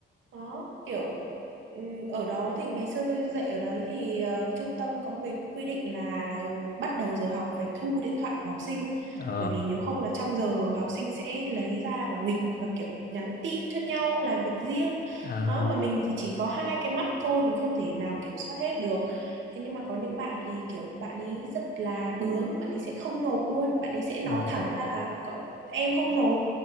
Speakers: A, on the right; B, on the left.
A: đó, kiểu ừm, ở đó thì ngày xưa tôi dạy ở đấy thì ờ, trung tâm có một cái quy định là bắt đầu giờ học phải thu điện thoại của học sinh
B: ờ
A: bởi vì nếu không là trong giờ học sinh sẽ lấy ra và nghịch và kiểu nhắn tin cho nhau làm việc riêng
B: à
A: đó mà mình thì chỉ có hai cái mắt thôi mình không thể nào kiểm soát hết được thế nhưng mà có những bạn thì kiểu bạn ấy rất là bướng bạn ấy sẽ không nộp luôn bạn ấy sẽ nói
B: ờ
A: thẳng ra là "Cậu- em không nộp